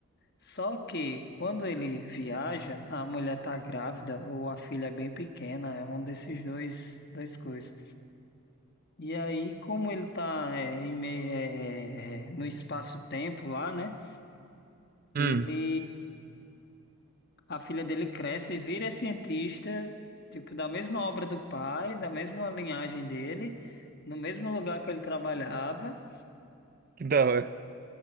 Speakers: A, on the left; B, on the right.
A: Só que quando ele viaja, a mulher tá grávida ou a filha é bem pequena, é um desses dois, dois coisas. E aí, como ele tá é, em meio, é, é, é, no espaço-tempo lá, né?
B: Hum,
A: Ele, a filha dele cresce e vira cientista, tipo, da mesma obra do pai, da mesma linhagem dele, no mesmo lugar que ele trabalhava.
B: que da hora.